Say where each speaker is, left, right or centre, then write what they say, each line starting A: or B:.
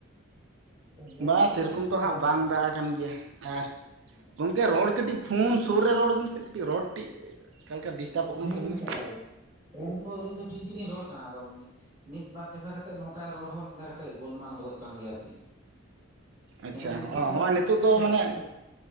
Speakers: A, on the right; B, on the right.
A: ᱟᱫᱚ ᱡᱳᱨ
B: ᱵᱟ
A: ᱜᱮ
B: ᱥᱮᱨᱚᱠᱚᱢ
A: ᱞᱟᱹᱭ ᱫᱟᱵᱤᱱ
B: ᱛᱚ ᱦᱟᱸᱜ
A: ᱵᱟᱭ
B: ᱵᱟᱝ
A: ᱟᱠᱟᱫᱟ
B: ᱫᱟᱜ ᱟᱠᱟᱱ ᱜᱮᱭᱟ ᱟᱨ
A: ᱦᱮᱸ
B: ᱜᱚᱢᱠᱮ ᱨᱚᱲ
A: ᱟᱫᱚ
B: ᱠᱟᱹᱴᱤᱡ ᱯᱷᱳᱱ ᱥᱩᱨ ᱨᱮ ᱨᱚᱲ ᱵᱤᱱ ᱥᱮ ᱠᱟᱹᱴᱤᱡ ᱨᱚᱲ ᱠᱟᱹᱴᱤᱡ ᱚᱠᱟᱞᱮᱠᱟ ᱰᱤᱥᱴᱟᱵᱚᱜ
A: ᱦᱮᱸ
B: ᱠᱟᱱ ᱛᱟᱵᱤᱱᱟ
A: ᱜᱚᱝᱠᱮ ᱨᱚᱲ ᱫᱚ ᱟᱹᱞᱤᱧ ᱫᱚ ᱴᱷᱤᱠ ᱜᱮᱞᱤᱧ ᱨᱚᱲ ᱠᱟᱱᱟ ᱟᱫᱚ ᱢᱮ ᱢᱤᱫ ᱵᱟᱨ ᱡᱚᱠᱷᱟ ᱠᱟᱛᱮᱫ ᱱᱚᱝᱠᱟ ᱨᱚᱲ ᱦᱚᱸ ᱢᱤᱫ ᱫᱷᱟᱣ ᱠᱟᱛᱮᱜ ᱜᱳᱞᱢᱟᱞ ᱜᱚᱫᱚᱜ ᱠᱟᱱ ᱜᱮᱭᱟ ᱟᱨᱠᱤ
B: ᱟᱪᱪᱷᱟ
A: ᱢᱮᱱ ᱮᱫᱟᱞᱤᱧ
B: ᱦᱚᱸᱜᱼᱚᱭ
A: ᱱᱤᱛᱚᱜ ᱫᱚ ᱴᱷᱤᱠ
B: ᱱᱤᱛᱚᱜ
A: ᱜᱮᱵᱮᱱ
B: ᱫᱚ
A: ᱟᱸᱡᱚᱢ
B: ᱢᱟᱱᱮ
A: ᱮᱫᱟ ᱱᱤᱛᱚᱜ